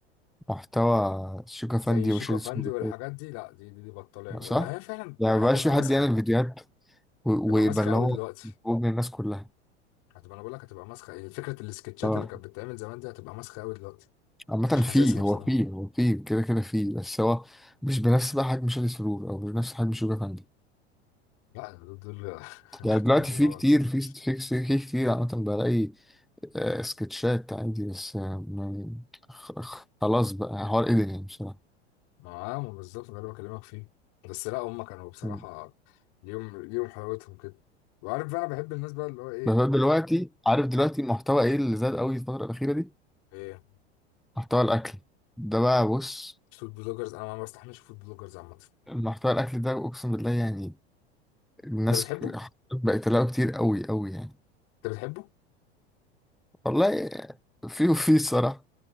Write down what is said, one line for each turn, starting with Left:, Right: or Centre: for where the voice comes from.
Centre: محتوى شوكا فاندي
Left: زي شيكو
Centre: وشادي
Left: فندي
Centre: سوبر
Left: والحاجات دي لا دي دي, دي بطلوا يعملوا
Centre: ما صح؟
Left: ما هي فعلا
Centre: يعني
Left: هتبقى
Centre: مبقاش في
Left: مسخه
Centre: حد يعمل فيديوهات و-
Left: تبقى
Centre: ويبقى
Left: ماسخه
Centre: اللي
Left: قوي
Centre: هو
Left: دلوقتي
Centre: محبوب من الناس كلها
Left: هتبقى انا بقول لك هتبقى ماسخه يعني فكره السكتشات
Centre: اه
Left: اللي كانت بتتعمل زمان دي هتبقى ماسخه قوي دلوقتي
Centre: عامة
Left: مش حاسسها
Centre: في
Left: بصراحه
Centre: هو في هو في كده كده في بس هو مش بنفس بقى حجم شادي سرور او مش بنفس حجم شوكا فاندي
Left: لا دول دول <laughs> انا
Centre: يعني
Left: كنت
Centre: دلوقتي
Left: بحبهم
Centre: في
Left: قوي
Centre: كتير
Left: بصراحه
Centre: في ست- في كس- في كتير عامة بلاقي آه، سكتشات عندي بس آه، ما- خ- خ- خلاص بقى حوار قدر يعني بصراحة
Left: ما ما بالظبط ده اللي بكلمك فيه بس لا هم كانوا بصراحه
Centre: مم.
Left: ليهم ليهم حلاوتهم كده وعارف بقى انا بحب الناس بقى اللي هو ايه
Centre: بس أنا دلوقتي عارف دلوقتي المحتوى ايه اللي زاد قوي الفترة الأخيرة دي؟
Left: ايه
Centre: محتوى الأكل ده بقى بص
Left: فود بلوجرز انا ما بستحملش فود بلوجرز عامه
Centre: محتوى الأكل ده أقسم بالله يعني الناس
Left: انت بتحبه
Centre: ك-
Left: انت
Centre: بقت تلاقيه كتير قوي قوي يعني
Left: بتحبه
Centre: والله آه، في وفي الصراحة